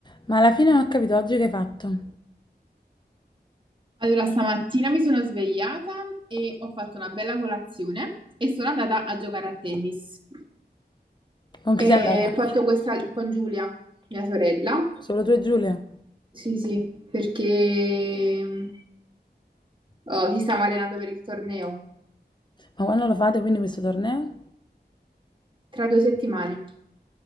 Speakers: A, on the left; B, on the right.
A: Ma alla fine non ho capito oggi che hai fatto.
B: Allora, stamattina mi sono svegliata e ho fatto una bella colazione e sono andata a giocare a tennis.
A: Con chi
B: E
A: sei andata?
B: ho fatto questa con Giulia, mia sorella.
A: Solo tu e Giulia.
B: Sì, sì, perché mm, oh, ci stiamo allenando per il torneo
A: Ma quando lo fate quindi questo torneo?
B: tra due settimane.